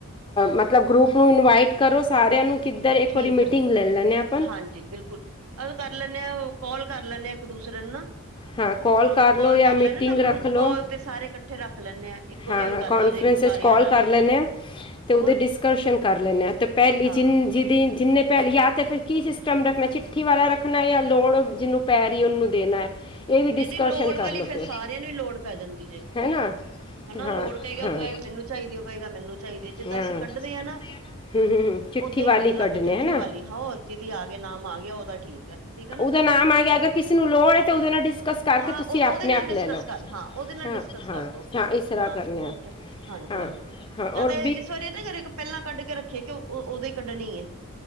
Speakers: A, on the left; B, on the right.
A: ਮਤਲਬ ਗਰੁੱਪ ਨੂੰ ਇਨਵਾਈਟ ਕਰੋ ਸਾਰਿਆਂ ਨੂੰ। ਕਿੱਧਰ ਇੱਕ
B: ਠੀਕ
A: ਵਾਰੀ ਮੀਟਿੰਗ
B: ਹੈ
A: ਲੈ ਲੈਨੇ ਆ ਆਪਾਂ
B: ਹਾਂਜੀ ਬਿਲਕੁਲ ਕਰ ਲੈਂਨ ਹਾਂ ਕੋਲ ਕਰ ਲੈਂਦੇ ਹਾਂ। ਇੱਕ ਦੂਸਰੇ ਨੂੰ ਨਾ।
A: ਹਾਂ ਕਾਲ
B: ਗਰੁੱਪ
A: ਲਓ
B: ਕਾਲ
A: ਜਾਂ
B: ਕਰ
A: ਮੀਟਿੰਗ
B: ਲੈਣੇ ਨਾ ਗਰੁੱਪ
A: ਰੱਖ ਲਓ
B: ਕਾਲ ਤੇ ਸਾਰੇ ਇਕੱਠੇ ਰੱਖ ਲੈਣੇ ਆ। ਇੱਕੋ
A: ਹਾਂ
B: ਤੇ
A: ਹਾਂ
B: ਗੱਲ
A: ਕੋਨਫਰੇਂਸ
B: ਹੋ ਜਾਏਗੀ ਸਾਰਿਆਂ
A: ਵਿੱਚ ਕਾਲ
B: ਨਾਲ
A: ਕਰ ਲੈਂਨੇ ਹਾਂ ਤੇ ਉਹਦੇ
B: ਹੋਰ ਕੀ
A: ਡਿਸਕਸ਼ਨ ਕਰ ਲੈਂਦੇ ਤੇ ਪਹਲੀ
B: ਹਾਂ
A: <unintelligible> ਜਿੰਨੇ ਭੈਣ ਯਾ ਤੇ ਫਿਰ ਕੀ ਸਿਸਟਮ ਰੱਖਣਾ ਚਿੱਠੀ ਵਾਲਾ ਰੱਖਣਾ ਜਾਂ ਲੋੜ ਜਿਹਨੂੰ ਪੈ ਰਹੀ ਹੈ ਉਹਨੂੰ ਦੇਣਾ। ਇਹ ਵੀ ਡਿਸਕਸ਼ਨ
B: ਨਹੀਂ ਨਹੀਂ ਲੋੜ ਵਾਲੀ
A: ਕਰ ਲਓ
B: ਫੇਰ
A: ਫਿਰ
B: ਸਾਰਿਆਂ ਨੂੰ ਹੀ ਲੋੜ ਪੈ ਜਾਂਦੀ ਜੇ।
A: ਹੈ ਨਾ
B: ਜਿੰਨਾ
A: ਤੇ ਹਾਂ
B: ਲੋੜ
A: ਹਾਂ
B: ਕਹੇ ਉਹ
A: ਹਾਂ
B: ਕਹੇ ਮੈਨੂੰ ਚਾਹੀਦੀ ਉਹ ਕਹੇਗਾ ਮੈਨੂੰ ਚਾਹੀਦੀ ਏ ਜਿੱਦਾਂ
A: ਹੂੰ,
B: ਅਸੀਂ ਕੱਢਦੇ ਹਾਂ ਨਾ।
A: ਹੂੰ, ਹੂੰ, ਚਿੱਠੀ
B: ਓਦਾਂ
A: ਵਾਲੀ
B: ਹੀ ਕੱਢ ਲਾਂਗੇ
A: ਕੱਢਨੇ
B: ਚਿੱਠੀ
A: ਹੈ ਨਾ
B: ਵਾਲੀ ਹੋਰ ਜਿਹਦੀ ਆ ਗਿਆ ਨਾਮ ਆ ਗਿਆ ਉਹਦਾ ਠੀਕ ਹੈ ਠੀਕ ਹੈ ਨਾ।
A: ਜਿਹਦਾ ਨਾਮ ਆ ਗਿਆ ਅਗਰ ਕਿਸੇ ਨੂੰ ਲੋੜ ਹੈ ਤਾਂ ਉਹਦੇ ਨਾਲ ਡਿਸਕਸ ਕਰਕੇ
B: ਹਾਂ
A: ਤੁਸੀਂ
B: ਉਹ
A: ਆਪਣੇ
B: ਉਹਦੇ ਨਾਲ
A: ਆਪ
B: ਡਿਸਕਸ
A: ਲੈ ਲਓ
B: ਕਰ ਹਾਂ ਉਹਦੇ ਨਾਲ
A: ਹੂੰ
B: ਡਿਸਕਸ
A: ਹਾਂ
B: ਕਰ ਲੋ
A: ਇਸ।
B: ਹਾਂ
A: ਕਰਨੇ
B: ਹੋਰ
A: ਆ
B: ਕਯਾ ਹਾਂਜੀ
A: ਹਾਂ
B: ਹਾਂਜੀ।
A: ਹਾਂ
B: ਜਾਂ
A: ਔਰ
B: ਤੇ ਇਸ ਵਾਰੀ ਇਹ ਤਾਂ ਪਹਿਲਾਂ ਕੱਢ ਕੇ ਰੱਖੀਏ ਕਿ ਉਹ ਉਦੋਂ ਹੀ ਕੱਢਣੀ ਏ।